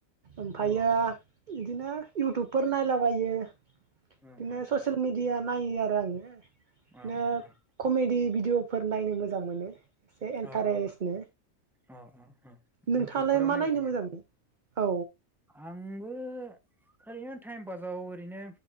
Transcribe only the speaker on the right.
ओमफायो
इदिनो इउटुबफोर नायलाबायो इदिनो
ससेल मिडिया नायो आरो आङो ओ
कमेडि भि डिअफोर नायनो मोजां मोनो इन्टारेस्टनो
नोंथाङालाय
मा
नायनो
मोजां
मोनो औ